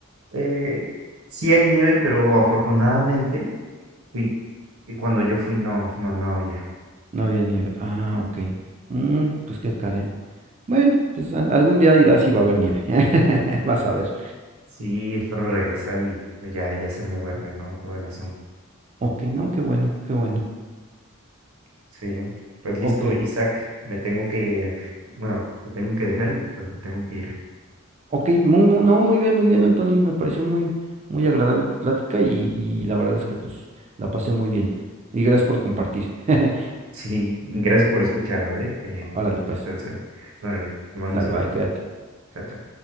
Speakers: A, on the right; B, on the right.
A: Eh, sí hay nieve, pero afortunadamente fui, y cuando yo fui no, no, no había.
B: No había nieve. Ah, ok. Mm, pues qué caray. Bueno, pues al- algún día irás y va a haber nieve. <laughs> Vas a ver.
A: Sí, espero regresar y pues ya, ya sé moverme, ¿no? Todo el asunto.
B: Ok, no, qué bueno, qué bueno.
A: Sí, pues listo,
B: Ok,
A: Isaac, me tengo que, bueno, te tengo que dejar y pues me tengo que ir.
B: ok, muy, muy- no, muy bien, muy bien, Anthony. Me pareció muy, muy agradable tu plática y, y la verdad es que pues la pasé muy bien. Y gracias por compartir. <laughs>
A: Sí, gracias por escuchar, ¿vale? Eh,
B: Órale, pues,
A: atención. Órale, te mando
B: sale,
A: un saludo.
B: bye, cuídate.
A: Chao, chao.